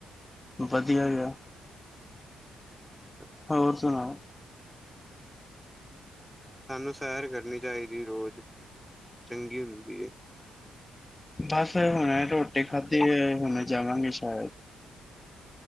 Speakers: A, on the left; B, in the centre.
A: ਵਧੀਆ ਗਿਆ।
B: <unintelligible>
A: ਹੋਰ ਸੁਣਾਓ?
B: ਸਾਨੂੰ ਸੈਰ ਕਰਨੀ ਚਾਹੀਦੀ ਰੋਜ਼ ਚੰਗੀ ਹੁੰਦੀ ਏ।
A: ਬਸ ਹੁਣੇ ਰੋਟੀ ਖਾਧੀ ਏ ਹੁਣੇ ਜਾਵਾਂਗੇ ਸ਼ੈਰ।